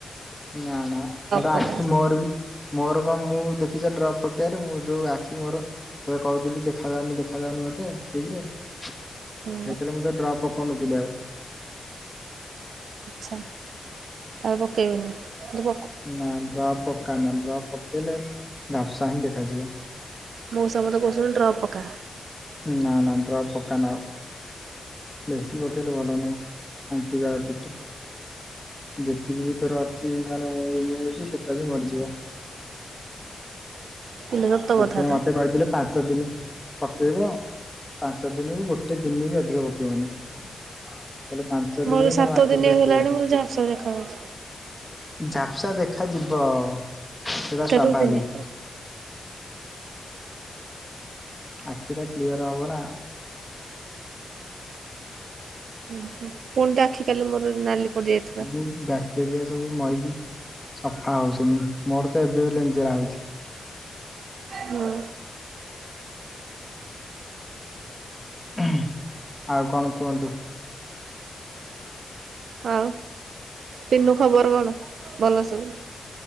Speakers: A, on the left (about 20°); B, on the right (about 85°).
A: ନା ନା ହେଟା
B: ପକା
A: ଆଖି ମୋର ବି ମୋର କଣ ମୁଁ ଦେଖିଛ ଡ୍ରପ୍ ପକେଇବାରେ ମୁଁ ଯୋଉ ଆଖି ମୋର ତତେ କହୁଥିଲି ଦେଖାଯାଉନି ଦେଖାଯାଉନି ମତେ ଠିକରେ। ସେତେଳେ
B: ହୁଁ
A: ମୁଁ ତ ଡ୍ରପ୍ ପକଉନଥିଲି ଆଉ।
B: ଆଚ୍ଛା ଆଉ ପକେଇବେନୀ କିନ
A: ନା ଡ୍ରପ ପକା ନା ଡ୍ରପ୍ ପକେଇଲେ ଝାପସା ହିଁ ଦେଖାଯିବ।
B: ବହୁତ୍ ସାଙ୍ଗ ତ କହୁଚନ୍ତି ଡ୍ରପ ପକା।
A: ନା ନା ଡ୍ରପ ପକା ନା ଆଉ। ବେଶି ପକେଇଲେ ଭଲନାହିଁ ଆଂଟି ବା ଇଓ ଟିକ ଟା। ଯେତିକି ବି ତୋର ଅଛି ମାନେ ଇମୁନିଟି ସେଟ ବି ମରିଯିବ।
B: ଇଲୋ ସତ
A: ସେଥିପାଇଁ
B: କଥା ତ
A: ମତେ କହିଥିଲେ ପାଞ୍ଚ ଦିନ ପକେଇବ ପାଞ୍ଚ ଦିନରୁ ଗୋଟେ ଦିନ ବି ଅଧିକ ପକେଇବନି। ହେଲେ ପାଞ୍ଚ
B: ମୋର
A: ଦିନିରେ
B: ସାତ
A: ତମ ଆଖି
B: ଦିନ
A: ପୁରା
B: ହେଇଗଲାଣି
A: କ୍ଳିଅର।
B: ମୋତେ ଝାପ୍ସା ଦେଖାଯାଉଛି
A: ଝାପ୍ସା ଦେଖାଯିବ ସେଟା
B: କେତେ
A: ସ୍ୱାଭାବିକ।
B: ଦିନି
A: ଆଖିଟା କ୍ଲିଅର ହବ ନା।
B: ଉଁହୁଁ ପୁଣି ତ ଆଖି କାଲି ମୋର ନାଲି ପଡ଼ିଯାଇଥିଲା।
A: ହିଁ ବା କେ ରିଆ ସବୁ ମରିକି ସଫା ହଉଚନି ମୋର ତ ଏବେ ବି ଲେଞ୍ଜେରା ହଉଛି।
B: ହୁଁ।
A: ହୁଁ ଆଉ କଣ କୁହନ୍ତୁ?
B: ହଁ ପିନୁ ଖବର କଣ ଭଲ ସବୁ?